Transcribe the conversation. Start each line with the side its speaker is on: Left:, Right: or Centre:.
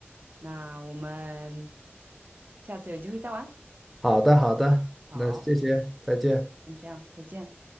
Right: 那我们。下次有机会再玩。
Centre: 好的好的，
Right: 好，
Centre: 那谢谢，再见。
Right: 先这样，再见。